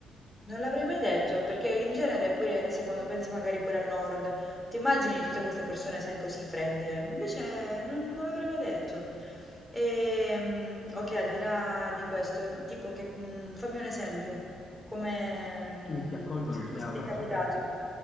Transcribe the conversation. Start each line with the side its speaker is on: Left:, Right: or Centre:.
Centre: Non l'avrei mai detto, perché in genere pure se quando pensi magari pure al nord, ti immagini tutte queste persone, sai, così fredde. Invece non, non l'avrei mai detto. E, ok, al di là di questo, tipo che, mm, fammi un esempio. Come, mm,
Left: E ti accolgono,
Centre: cioè,
Left: cioè
Centre: cosa
Left: a
Centre: ti
Left: braccia
Centre: è capitato?
Left: aperte.